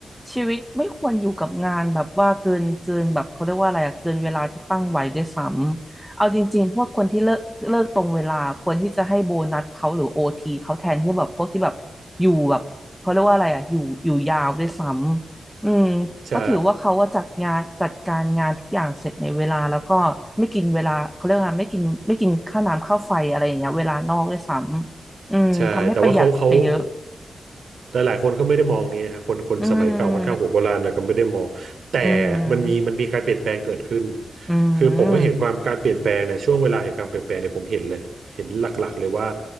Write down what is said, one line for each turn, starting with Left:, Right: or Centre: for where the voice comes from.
Centre: ชีวิตไม่ควรอยู่กับงานแบบว่าเกินเกินแบบเขาเรียกว่าอะไรอะเกินเวลาที่ตั้งไว้ด้วยซ้ำเอาจริงๆพวกคนที่เลิกเลิกตรงเวลาควรที่จะให้โบนัสเขาหรือโอทีเขาแทนที่แบบพวกที่แบบอยู่แบบเขาเรียกว่าอะไรอะอยู่อยู่ยาวด้วยซ้ำ อืมเพราะถือว่าเขาว่าจัดงานจัดการงานทุกอย่างเสร็จในเวลาแล้วก็ไม่กินเวลาเขาเรียกว่าไม่กินไม่กินค่าน้ำค่าไฟอะไรอย่างเงี้ยเวลานอกด้วยซ้ำอืมทำให้ประหยัดไปเยอะ
Right: ใช่ใช่แต่ว่าเขาเขา แต่หลายคนก็ไม่ได้มองนี้ฮะคนคนสมัยเก่าค่อนข้างหัวโบราณแลก็ไม่ได้มองแต่
Centre: อืมอืม
Right: มันมีมันมีการเปลี่ยนแปลงเกิดขึ้น
Centre: อืม
Right: คือผมก็เห็นความการเปลี่ยนแปลงในยช่วงเวลาแห่งการเปลี่ยนแปลงเนี่ยผมเห็นเลยเห็นหลักๆเลยว่า